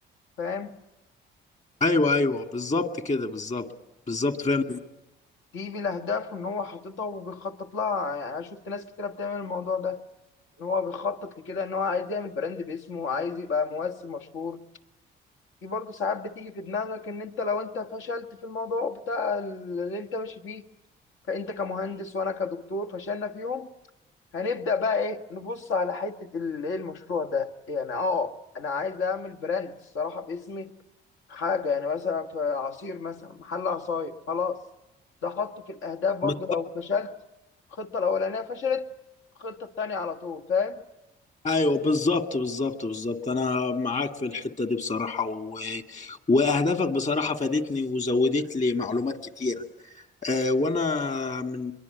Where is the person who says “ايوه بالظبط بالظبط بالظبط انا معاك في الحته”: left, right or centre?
Left